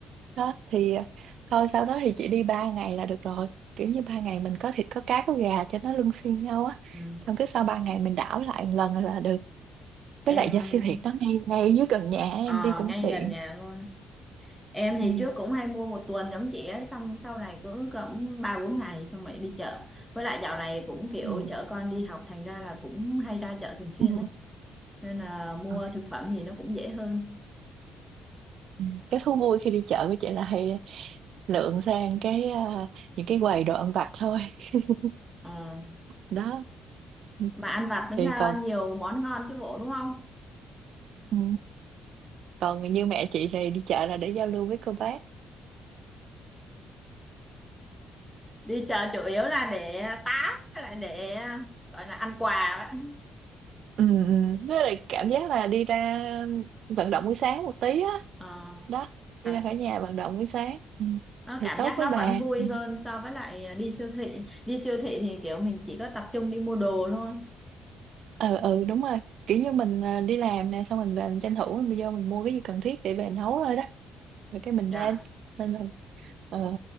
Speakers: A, on the right (about 70°); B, in the centre.
A: đó thì à, thôi sau đó thì chị đi ba ngày là được rồi kiểu như ba ngày mình có thịt có cá có gà cho nó luân phiên nhau á
B: Ừ.
A: xong cái sau ba ngày mình đảo lại một lần là được
B: Em
A: với lại do siêu thị nó ngay ngay dưới gần nhà em
B: ờ,
A: đi cũng
B: ngay
A: tiện
B: gần nhà luôn. Em thì
A: ừ.
B: trước cũng hay mua một tuần giống chị ấy xong sau này cứ cỡ ba bốn ngày xong rồi đi chợ. Với lại dạo này cũng kiểu
A: Ừ.
B: chở con đi học thành ra là cũng hay ra chợ thường xuyên
A: Ừ.
B: ấy. Nên là mua
A: ừ.
B: thực phẩm gì nó cũng dễ hơn.
A: Ừ. cái thú vui khi đi chợ của chị là hay lượn sang cái à, những cái quầy đồ ăn vặt thôi <laughs>
B: Ờ.
A: đó Ừ.
B: mà ăn vặt tính
A: thì
B: ra
A: còn
B: nhiều món ngon chứ bộ đúng không
A: ừ. còn như mẹ chị này đi chợ là để giao lưu với cô bác
B: đi chợ chủ yếu là để tám với lại để gọi là ăn quà đấy
A: ừ ừ. với lại cảm giác là đi ra vận động buổi sáng một tí á
B: ờ,
A: đó đi
B: thật
A: ra khỏi nhà vận động buổi sáng ừ.
B: nó
A: thì
B: cảm
A: tốt
B: giác
A: với
B: nó
A: bà
B: vẫn vui
A: ừ
B: hơn so với lại à, đi siêu thị đi siêu thị thì kiểu mình chỉ có tập trung đi mua đồ thôi
A: ừ ừ, đúng rồi kiểu như mình ờ, đi làm nè xong mình về mình tranh thủ mình vô mình mua cái gì cần thiết để về nấu thôi đó rồi cái mình
B: dạ
A: lên nên là ờ.